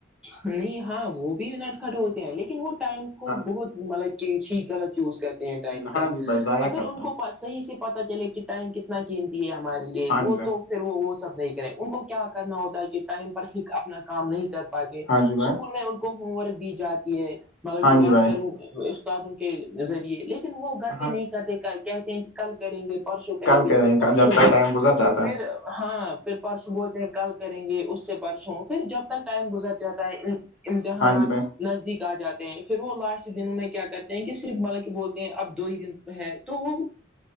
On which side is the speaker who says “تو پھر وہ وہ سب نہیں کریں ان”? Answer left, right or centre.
Centre